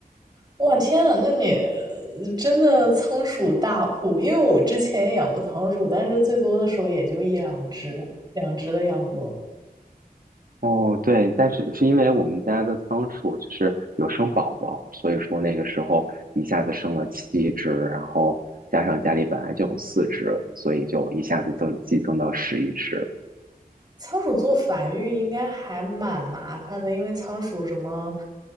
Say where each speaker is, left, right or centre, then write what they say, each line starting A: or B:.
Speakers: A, on the right (about 25°); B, on the right (about 65°).
A: 哇天啊，那你呃真的仓鼠大户，因为我之前也养过仓鼠，但是最多的时候也就一两只，两只的样子哦。
B: 嗯哦，对，但是是因为我们家的仓鼠就是有生宝宝，所以说那个时候一下子生了七只，然后加上家里本来就有四只，所以就一下子增激增到十一只。
A: 仓鼠做繁育应该还蛮麻烦的，因为仓鼠什么，